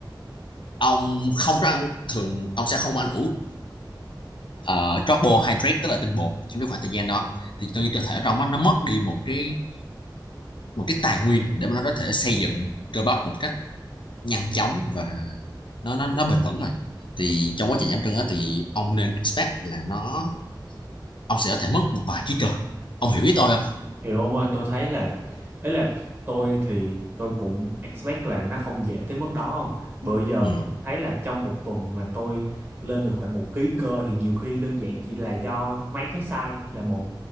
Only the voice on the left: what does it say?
ông không có ăn thường ông sẽ không ăn đủ ờ, carbohydrate tức là tinh bột trong cái khoảng thời gian đó thì tự nhiên cơ thể trong nó nó mất đi một cái một cái tài nguyên để mà nó có thể xây dựng cơ bắp một cách nhanh chóng và nó nó nó bền vững rồi thì trong quá trình giảm cân á thì ông nên expect là nó ông sẽ có thể mất một vài ký cơ ông hiểu ý tôi không
ừ